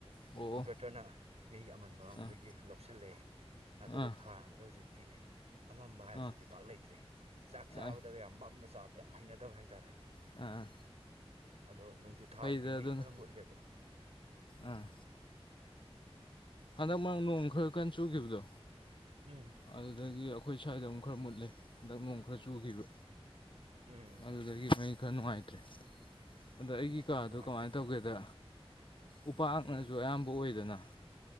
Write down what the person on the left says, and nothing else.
ꯑꯣ
ꯑꯥ
ꯑꯥ
ꯑꯥ
ꯑꯥꯏ
ꯑꯥ
ꯐꯩꯗ
ꯑꯗꯨꯅ
ꯑꯥ ꯍꯟꯗꯛ ꯃꯥ ꯅꯣꯡ ꯈꯔ ꯀꯟ ꯆꯨꯈꯤꯕꯗꯣ
ꯑꯗꯨꯗꯒꯤ ꯑꯩꯈꯣꯏ ꯁ꯭ꯋꯥꯏꯗ ꯑꯃꯨꯛ ꯈꯔ ꯃꯨꯠꯂꯦ ꯍꯟꯗꯛ ꯑꯃꯨꯛ ꯈꯔ ꯆꯨꯈꯤꯕ
ꯑꯗꯨꯗꯒꯤ ꯃꯩ ꯈꯔ ꯅꯨꯡꯉꯥꯏꯇ꯭ꯔꯦ ꯑꯗ ꯑꯩꯒꯤ
ꯀꯥꯗꯣ
ꯀꯃꯥꯏ ꯇꯧꯒꯦꯗ ꯎꯄꯥꯛꯅꯁꯨ
ꯑꯌꯥꯝꯕ ꯑꯣꯏꯗꯅ